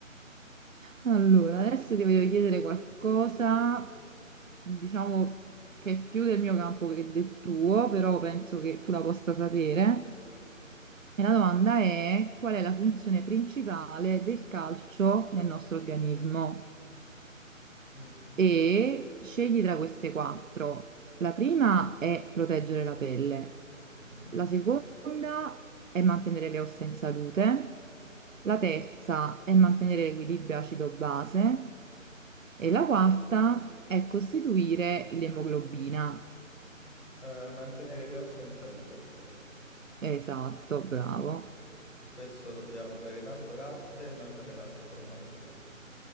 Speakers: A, on the right (about 70°); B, on the left (about 60°).
A: Allora, adesso ti voglio chiedere qualcosa, diciamo che è più del mio campo che del tuo, però penso che tu la possa sapere. E
B: Mm,
A: la domanda è: qual è la funzione principale del calcio nel nostro organismo?
B: mm,
A: e scegli tra queste quattro. La prima è proteggere la pelle,
B: mm.
A: la seconda è mantenere le ossa in salute, la terza è mantenere l'equilibrio acido-base e la quarta è costituire l'emoglobina.
B: Eh, mantenere le ossa in salute.
A: Esatto, bravo,
B: Per questo dobbiamo bere tanto latte e mangiare tanto formaggio.